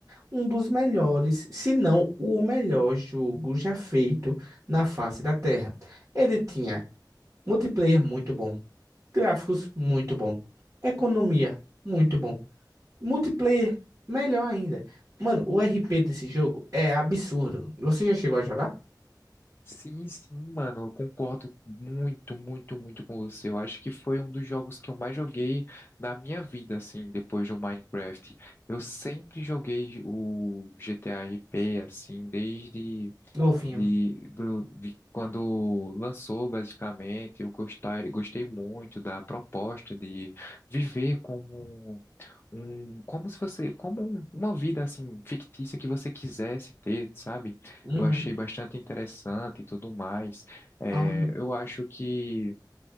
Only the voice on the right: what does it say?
um dos melhores, se não o melhor jogo já feito na face da Terra. Ele tinha multiplayer muito bom, gráficos muito bom, economia muito bom, multiplayer melhor ainda. Mano, o RP desse jogo é absurdo. Você já chegou a jogar?
Novinho.
Uhum.
Aham.